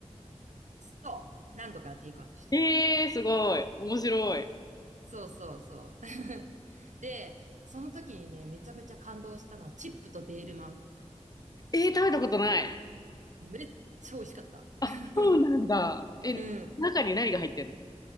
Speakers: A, on the right; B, on the left.
A: そう、ランドからテイクアウトした。
B: えー、すごい。面白い。
A: そうそうそう。<laughs> で、その時にね、めちゃめちゃ感動したのは、チップとデールマン。
B: えー、食べたことない。
A: めっちゃ美味しかった。
B: あ、
A: <laughs>
B: そうなんだ。え、
A: うん。
B: 中に何が入ってんの